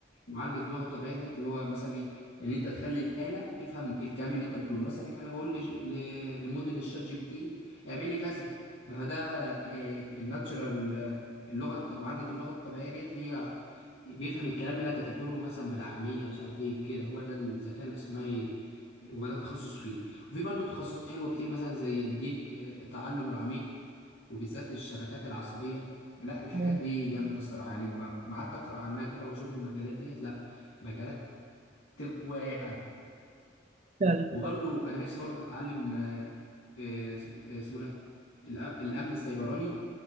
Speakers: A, on the left (about 75°); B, on the right (about 35°).
A: معالجة اللغة الطبيعية ديت اللي هو مثلا ايه ان انت تخلي الآلة تفهم الكلام اللي انت بتقوله مثلا إيه انا بقول لج... ل... لموديل الشات جي بي تي اعمل لي كذا ما هو ده إيه الناتشرال اللغة الط- معالجة اللغة الطبيعية ديت هي بيفهم الكلام اللي انا كتبته له مثلا بالعامية مش عارف ايه كده هو ده الذكاء الاصطناعي هو ده التخصص فيه وفي برضه تخصصات حلوة كتير مثلا زي الديب التعلم العميق وبالذات الشبكات العصبية لا الحاجات
B: اه
A: دي جامدة الصراحة يعني ما ما قعدت أقرأ عنها كده وأشوف المجالات ديت لا مجالات تغوي أي حد
B: فعلا
A: وبرضو
B: فعلا
A: أنا نفسي برضو أتعلم آه، آه، اسمه آه، اسمه ده الأ- الأمن السيبراني